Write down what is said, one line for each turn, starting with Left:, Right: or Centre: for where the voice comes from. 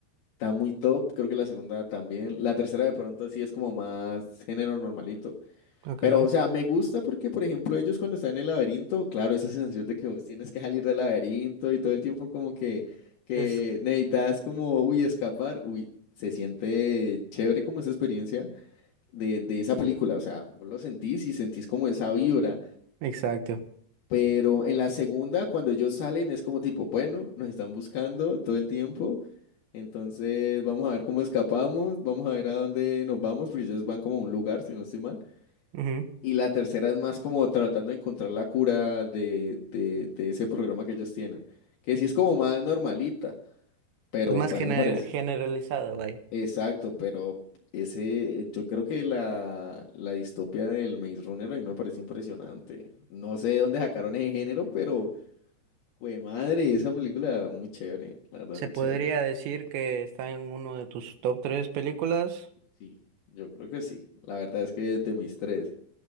Left: está muy top. Creo que la segunda también. La tercera de pronto sí es como más género normalito.
Right: Ok.
Left: Pero, o sea, me gusta porque, por ejemplo, ellos cuando están en el laberinto, claro, esa sensación de que vos tienes que salir del laberinto y todo el tiempo como que, que
Right: Es
Left: necesitas como, uy, escapar. Uy, se siente chévere como esa experiencia de, de esa película. O sea, vos lo sentís y sentís como esa vibra.
Right: exacto.
Left: Pero en la segunda, cuando ellos salen, es como tipo, bueno, nos están buscando todo el tiempo. Entonces, vamos a ver cómo escapamos, vamos a ver a dónde nos vamos, porque ellos van como a un lugar, si no estoy mal.
Right: ujú.
Left: Y la tercera es más como tratando de encontrar la cura de, de, de ese programa que ellos tienen, que sí es como más normalita, pero
Right: Es más
Left: a
Right: gener-
Left: mí me parece,
Right: generalizado, vaya.
Left: exacto, pero ese, yo creo que la, la distopia del Maze Runner a mí me parece impresionante. No sé de dónde sacaron ese género, pero, jue madre, esa película muy chévere, la verdad,
Right: Se
Left: muy
Right: podría
Left: chévere.
Right: decir que está en uno de tus top tres películas.
Left: Sí, yo creo que sí. La verdad es que es de mis tres.